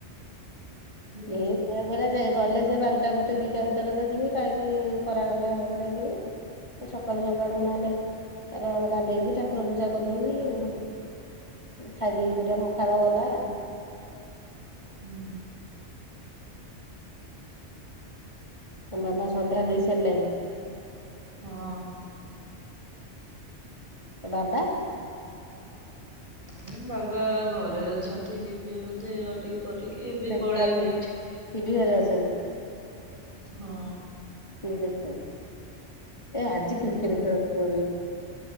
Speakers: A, on the right; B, on the left.
A: <inaudible>
B: ଏ କହୁଥିଲା ଯେ ଗଲେ ଯେ ବାରଟା ଗୋଟେ ଦିଟା ଭିତରେ ତ ଯିବି କାହିଁକି ଖରା ହେରା ବେଳେ ଯିବି। ଏ ସକାଳୁ ସକାଳୁ ନହେଲେ ତାର ଗାଧେଇକି ଠାକୁର ପୂଜା କରିଦେଇକି ଉଁ ଖାଇଦେଇକି ଦିଟା ପଖାଳ ଗଲା।
A: ହୁଁ।
B: ଆଉ ମାମା ସନ୍ଧ୍ୟା ଦେଇ ସାରିଲାଣି?
A: ହଁ।
B: ଆଉ ବାବା?
A: ହୁଁ ବାବା ଘରେ ଅଛନ୍ତି ଯିବେ ବୋଧେ ଆଉ ଟିକେ ପରେ କି ଏବେ
B: ସେଠି
A: ପଳେଇବେ
B: ଅଛନ୍ତି।
A: ଏଠି
B: ଟିଭି ଘରେ ଅଛନ୍ତି।
A: ହଁ।
B: ଟିଭି ଦେଖୁଚନ୍ତି ଏ ଆଜି କ୍ରିକେଟ୍ ଖେଳଥିବ ବି।